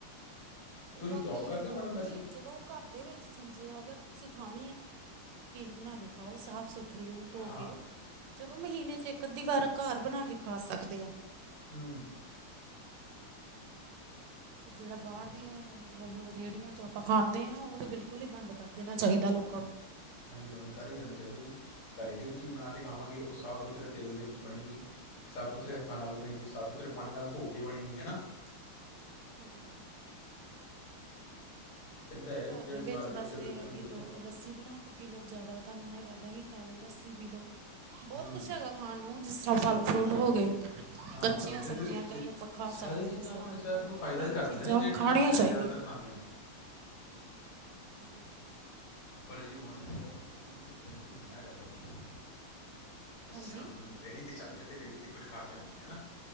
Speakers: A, on the right; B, on the left.
A: ਤੇ
B: ਤੁਸੀਂ
A: ਬਾਕੀ
B: ਜੋਬ ਕਰਦੇ
A: ਇਹ ਬਾਕੀ
B: ਹੋ ਮੈਡਮ ਵੈਸੇ?
A: ਚਲੋ ਘਰ ਦੇ ਵਿੱਚ ਚੀਜ ਆ ਬਣਾ ਕੇ ਖਾਓ ਸਾਫ਼ ਸੁਥਰੀ ਉਹਨੂੰ ਧੋ
B: ਹਾਂ,
A: ਕੇ ਚਲੋ ਮਹੀਨੇ 'ਚ ਇੱਕ ਅੱਧੀ ਵਾਰ ਘਰ ਬਣਾ ਕੇ ਖਾ ਸਕਦੇ ਆ।
B: ਹੂੰ
A: ਜਿਹੜਾ ਬਾਹਰ ਦੀਆਂ ਮਤਲਬ ਰੇਹੜੀਆਂ ਤੋਂ ਆਪਾਂ ਖਾਂਦੇ ਹਾਂ ਉਹ ਤਾਂ ਬਿਲਕੁਲ ਹੀ ਬੰਦ ਕਰ ਦੇਣਾ ਚਾਹੀਦਾ ਲੋਕਾਂ ਨੂੰ
B: ਹਾਂਜੀ ਮੈਨੂੰ ਘਰ ਹੀ ਦੇਣਾ ਚਾਹੀਦਾ ਜੀ ਘਰੇ ਜਿਹੜੀ ਚੀਜ਼ ਬਣਾ ਕੇ ਖਾਵਾਂਗੇ ਉਹ ਸਾਫ਼ ਸੁਥਰੇ ਤੇਲ ਦੇ ਵਿੱਚ ਬਣੇਗੀ। ਸਾਫ਼ ਸੁਥਰੇ ਹੱਥਾਂ ਨਾਲ ਬਣੇਗੀ ਸਾਫ਼ ਸੁਥਰੇ ਪਾਣੀ ਨਾਲ ਧੋ ਕੇ ਬਣੇਗੀ ਹਨਾ।
A: <inaudible>
B: ਕਹਿੰਦਾ ਹੈ
A: ਘਰ
B: ਜਿਹੜੀ
A: ਦੇ ਵਿੱਚ
B: ਮਾਰਕੀਟ
A: ਬਸ
B: 'ਚ
A: ਇਹ
B: ਵਿਕਣ
A: ਹੈ ਕਿ
B: ਵਿਕਣ
A: ਦੋ ਲੱਸੀ ਬਣਾ ਕੇ ਪੀ ਲਓ ਜਿਆਦਾ ਤੁਹਾਨੂੰ ਹੈਗਾ। ਦਹੀਂ ਖਾ ਲਓ ਲੱਸੀ ਪੀ ਲਓ। ਬਹੁਤ
B: ਹੂੰ।
A: ਕੁਛ ਹੈਗਾ ਖਾਣ ਨੂੰ ਜਿਸ ਤਰ੍ਹਾਂ ਫਲ
B: ਬਹੁਤ
A: ਫਰੂਟ
B: ਕੁਛ ਹੈਗਾ
A: ਹੋ ਗਏ
B: ਜੀ। ਹਾਂ
A: ਕੱਚੀਆਂ
B: ਜਿੰਦੇ
A: ਸਬਜ਼ੀਆਂ
B: ਜ
A: ਕਈ ਆਪਾਂ ਖ ਖਾ
B: ਸਾਰੀ
A: ਸਕਦੇ
B: ਚੀਜ਼ਾਂ
A: ਹਾਂ ਸਲਾਦ
B: ਆਪਣੀ ਸਿਹਤ
A: ਬਣਾ
B: ਨੂੰ
A: ਕੇ
B: ਫਾਇਦਾ
A: ਏਦਾਂ
B: ਹੀ
A: ਦੀਆਂ
B: ਕਰਦੀਆਂ
A: ਚੀਜ਼ਾਂ
B: ਨੇ ਜਿਹੜੀਆਂ
A: ਖਾਣੀਆਂ
B: ਆਪਾਂ
A: ਚਾਹੀਦੀਆਂ।
B: ਘਰੇ ਜ਼ਿਆਦਾਤਰ ਖਾਂਦੀਆਂ ਨੇ।
A: <inaudible>
B: ਪਰ ਜੀ ਹੁਣ ਬਸ ਉਹ ਕਹਿੰਦੇ ਆ ਨਾ ਟਰੈਂਡ ਹੀ ਬਣਿਆ ਹੈ ਲੋਕਾਂ ਨਾਲ
A: ਹਾਂਜੀ
B: ਸ਼ਾਮ ਨੂੰ ਰੇਹੜੀ ਤੇ ਚੱਲਦੇ ਆ ਤੇ ਰੇੜੀ ਤੇ ਕੁਝ ਖਾ ਕੇ ਆਵਾਂਗੇ ਹਨਾ।